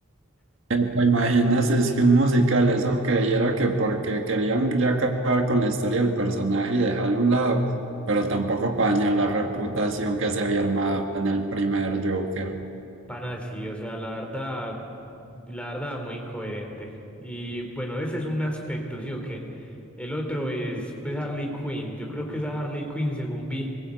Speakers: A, on the right (about 60°); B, in the centre.
A: Eh, ¿Te imaginas? Es que un musical, eso que era que porque querían ya acabar con la historia del personaje y dejarlo a un lado, pero tampoco para dañar la reputación que se había armado en el primer Joker.
B: Pan así, o sea, la verdad, la verdad, muy incoherente. Y bueno, ese es un aspecto, ¿sí o qué? El otro es, pues, Harley Quinn. Yo creo que esa Harley Quinn, según vi,